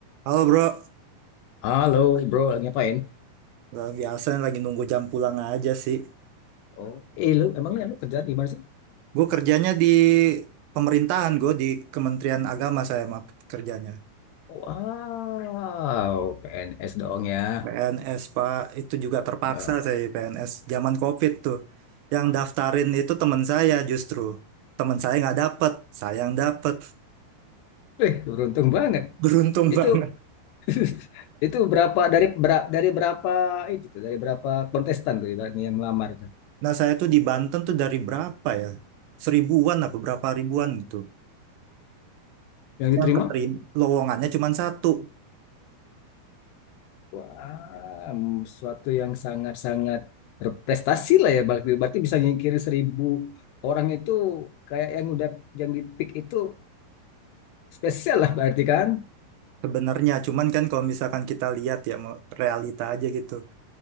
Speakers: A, on the right; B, on the left.
A: Halo bro,
B: Halo, bro, lagi ngapain?
A: nggak biasa lagi nunggu jam pulang aja sih.
B: Oh, eh lu emangnya lu kerja di mana sih?
A: Gue kerjanya di pemerintahan, gue di Kementerian Agama saya mah kerjanya.
B: Wow, PNS dong ya.
A: PNS Pak, itu juga terpaksa
B: Eh,
A: saya PNS zaman COVID tuh. Yang daftarin itu teman saya justru. Teman saya nggak dapet, saya yang dapet. <laughs>
B: eh, beruntung banget.
A: Beruntung
B: Itu
A: banget.
B: <laughs> itu berapa dari bera- dari berapa itu tuh, dari berapa kontestan tuh yang yang melamar tuh?
A: Nah saya tuh di Banten tuh dari berapa ya? Seribuan apa berapa ribuan itu.
B: Yang
A: Yang
B: diterima?
A: keterima, lowongannya cuma satu.
B: Wah, mm, suatu yang sangat-sangat berprestasi lah ya. Berarti, berarti bisa nyingkirin seribu orang itu kayak yang udah yang di pick itu spesial lah berarti kan?
A: Sebenarnya, cuman kan kalau misalkan kita lihat ya, mau realita aja gitu.